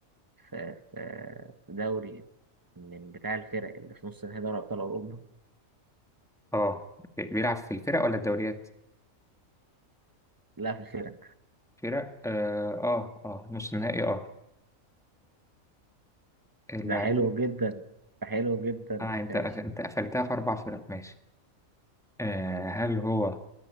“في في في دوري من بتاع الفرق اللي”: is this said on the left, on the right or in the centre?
Right